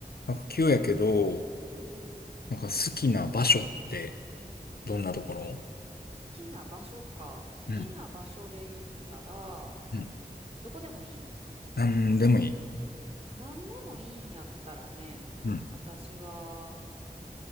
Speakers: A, on the left; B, on the right.
A: なんか急やけど、
B: うんうん。好
A: なんか好きな場所ってどんなところ
B: きな場所か。好きな場所で言ったら、
A: うん。うん。
B: どこでもいいん。
A: なんでもいい。
B: 何でもいいんやったらね、
A: うん。
B: 私は、